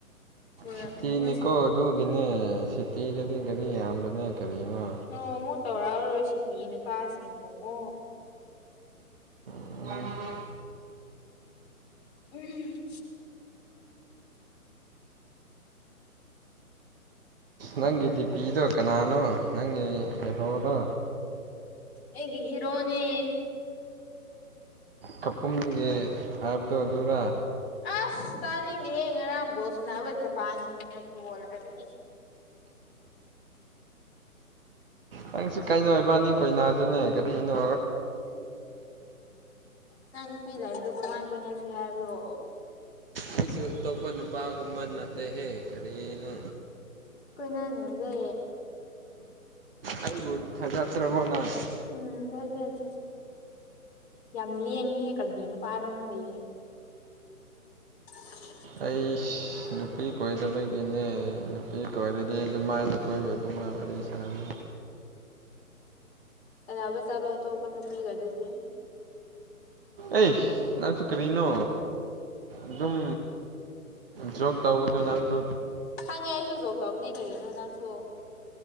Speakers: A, on the left; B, on the right.
A: ꯎꯔꯝꯅꯤꯕ
B: ꯁꯤꯇꯤꯅꯤꯀꯣ ꯑꯗꯨꯒꯤꯅꯦ ꯁꯤꯇꯤꯗꯗꯤ ꯒꯔꯤ ꯌꯥꯝꯕꯅꯦ ꯀꯔꯤꯅꯣ
A: ꯑꯣ ꯑꯃꯨꯛ ꯇꯧꯔꯛꯑꯔꯣꯏ ꯁꯤꯗꯤ ꯅꯨꯄꯥꯁꯤꯡꯕꯨꯀꯣ
B: <unintelligible>
A: ꯎꯝ
B: ꯅꯪꯒꯤ ꯗꯤꯄꯤꯗꯣ ꯀꯅꯥꯅꯣ ꯅꯪꯒꯤ ꯍꯦꯔꯣꯔꯣ
A: ꯑꯩꯒꯤ ꯍꯤꯔꯣꯅꯤ
B: ꯀꯄꯨꯝꯗꯒꯤ ꯍꯥꯏꯕꯗꯣ ꯑꯗꯨꯔ
A: ꯑꯁ ꯇꯥꯅꯤꯡꯗꯦꯍꯦ ꯉꯔꯥꯡ ꯕꯣꯜ ꯁꯥꯟꯅꯕ ꯖꯄꯥꯟꯒꯤ ꯐꯨꯠꯕꯣꯂꯔꯗꯨꯅꯤ
B: ꯅꯪꯁꯨ ꯀꯥꯏꯅꯧ ꯑꯣꯏꯕꯅꯤꯛ ꯀꯣꯏꯅꯥꯁꯤꯅꯦ ꯀꯔꯤꯅꯣ
A: ꯎꯝ ꯅꯪ ꯅꯨꯄꯤ ꯂꯩꯕꯗꯨ ꯀꯃꯥꯏ ꯀꯨꯏꯅꯁꯤ ꯍꯥꯏꯕ꯭ꯔꯣ
B: ꯑꯩꯁꯨ ꯑꯇꯣꯞꯄ ꯅꯨꯄꯥꯒꯨꯝꯕ ꯅꯠꯇꯦꯍꯦ ꯀꯔꯤꯅꯣ
A: ꯀꯣꯏꯅꯅꯤꯡꯗꯦ
B: ꯑꯩꯕꯨ ꯊꯖꯗ꯭ꯔꯕꯣ ꯅꯪ
A: ꯎꯝ ꯊꯥꯖꯗꯦ ꯌꯥꯝ ꯂꯦꯡꯉꯤꯍꯦ ꯀꯔꯤ ꯅꯨꯄꯥꯔꯣ ꯈꯪꯗꯦ <unintelligible>
B: ꯑꯩꯁ ꯅꯨꯄꯤ ꯀꯣꯏꯗꯕꯒꯤꯅꯦ ꯅꯨꯄꯤ ꯀꯣꯏꯔꯗꯤ ꯑꯗꯨꯃꯥꯏꯅ ꯑꯩꯈꯣꯏꯒꯤ ꯑꯗꯨꯃꯥꯏ ꯋꯥꯔꯤ ꯁꯥꯥꯟꯅ
A: ꯁꯅꯥꯕ ꯆꯠꯂꯣ ꯑꯇꯣꯞꯄ ꯅꯨꯄꯤꯒ ꯑꯗꯨꯗꯤ
B: ꯑꯦꯁ ꯅꯪꯁꯨ ꯀꯔꯤꯅꯣ ꯑꯗꯨꯝ ꯖꯣꯛ ꯇꯧꯕꯗ ꯅꯪꯁꯨ
A: ꯈꯪꯉꯦ ꯑꯩꯁꯨ ꯖꯣꯛ ꯇꯕꯅꯦ ꯀꯔꯤꯅꯣ ꯅꯪꯁꯨ